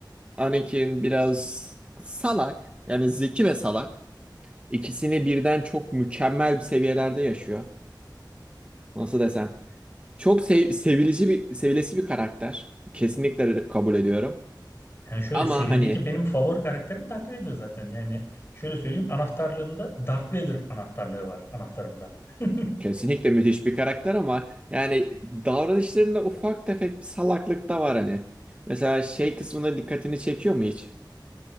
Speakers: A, on the right; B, on the left.
A: Anakin biraz salak. Yani zeki ve salak. İkisini birden çok mükemmel bir seviyelerde yaşıyor. Nasıl desem? Çok sev- sevilici bir, sevilesi bir karakter. Kesinlikle kabul ediyorum.
B: Yani şöyle
A: Ama
B: serideki
A: hani
B: benim favori karakterim Darth Vader zaten. Yani şöyle söyleyeyim anahtarlığımda Darth Vader anahtarlığı var anahtarımda. <laughs>
A: Kesinlikle müthiş bir karakter ama yani davranışlarında ufak tefek bir salaklık da var hani. Mesela şey kısmına dikkatini çekiyor mu hiç?